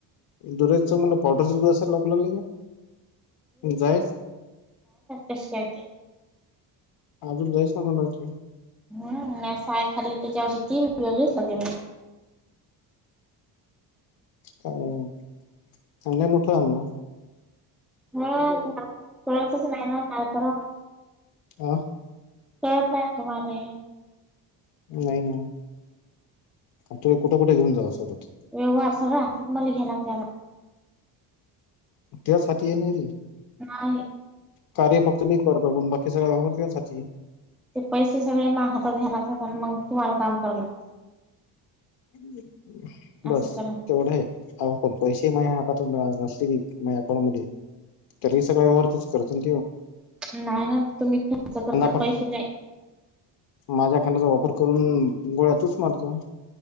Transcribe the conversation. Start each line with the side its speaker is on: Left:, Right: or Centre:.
Left: दुधच म्हणलं पावडरच दुध अस लकला नाही का? जायच.
Centre: कश कायते.
Left: अजून जाईस ना सणारख
Centre: हम आणिय खाल्ली त्याच्यावरष ती वेगळीच लागली म्हज
Left: काय अांड्या मोठा अबा
Centre: हो कळतच नाही ना काय करा.
Left: हा.
Centre: कळत नाही तुम्हाला?
Left: नाही ना. तु कुठे कुठे घेऊन जाव सोबत
Centre: व्यवहार सगळा हातात मला घ्यायला लागते आता
Left: त्यासाठी ये नाही रे.
Centre: नाही.
Left: कार्य फक्त मी करतो पण बाकी सगळ व्यपरतसाठी
Centre: ते पैसे सगळे माग हातात घ्याय लागतात आणि मग तुम्हाला काम करा लागं.
Left: ह.
Centre: असं
Left: बस
Centre: करा
Left: तेवढं आहे पण पैसे मा हातात नसले आपण मध्ये तरी सगळ ववहारथच करो ठऊन
Centre: नाही ना तुम्ही खर्च करताना
Left: फक्त
Centre: पैसेले
Left: माझ्या खांड्याचा वापर करून गोळ्यातच मारतो.